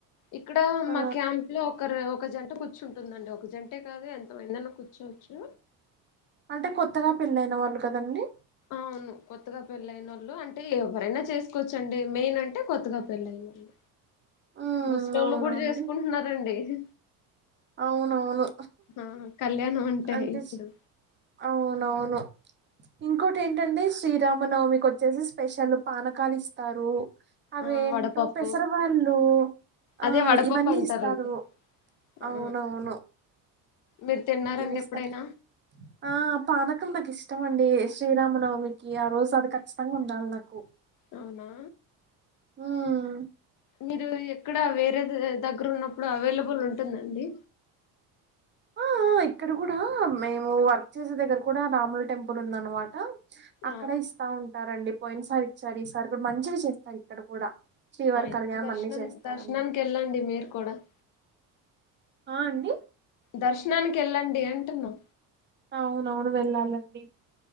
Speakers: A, on the left; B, on the right.
A: ఇక్కడ
B: ఆ,
A: మా క్యాంప్ లో ఒక రె ఒక జంట కూర్చుంటుందండి ఒక జంటే కాదు ఎంతమందన్నా కూర్చోచ్చు
B: అంటే కొత్తగా పెళ్ళయిన వాళ్ళు కదండి
A: అవును కొత్తగా పెళ్ళయినోళ్ళు అంటే ఎవరైనా చేసుకోచ్చండి మెయిన్ అంటే కొత్తగా పెళ్లయినోళ్ళు
B: ఉమ్
A: ముస్లింలు
B: అవునండి
A: కూడా చేసుకుంటున్నారండి <inaudible>
B: అవునవును
A: ఆ కళ్యాణం
B: అంటే
A: ఇప్పుడు
B: అవునవును ఇంకోటి ఏంటంటే శ్రీరామనవమికొచ్చేసి స్పెషల్ పానకాలిస్తారు అవేంటో
A: ఆ వడపప్పు
B: పెసరవాళ్ళు ఆ
A: అదే వడపప్పు
B: ఇవన్నీ
A: అంటారండి
B: ఇస్తారు అవునవును
A: ఆ మీరు తిన్నారండి
B: ఇవి ఇస్త
A: ఎప్పుడైనా
B: ఆ పనకులుందకా ఇష్ట ఇష్టమండి శ్రీరామనవమికి ఆ రోజు అది ఖచ్చితంగా ఉండాలి నాకు
A: అవునా
B: ఉమ్
A: మీరు ఎక్కడ వేరే దగ్గర ఉన్నప్పుడు అవైలబుల్ ఉంటుందండి
B: ఆ ఇక్కడ కూడా మేము వర్క్ చేసే దగ్గర కూడా రాముల టెంపుల్ ఉంద అనమాట అక్కడ
A: ఆ
B: ఇస్తా ఉంటా ఇస్తారండి పోయిన సారి ఇచ్చారు ఈ సారి కూడా మంచిది చేస్తాను ఇక్కడ కూడా శ్రీవారి
A: ఆయి
B: కళ్యాణం
A: దర్శనం
B: అన్ని చేస్తారనమాట
A: దర్శనానికి ఎళ్ల్ండి మీరుర్ కూడాడా
B: ఆ అండి
A: దర్శనానికి వెళ్ళండి అంటున్నా
B: అవునవును వెళ్ళాలండి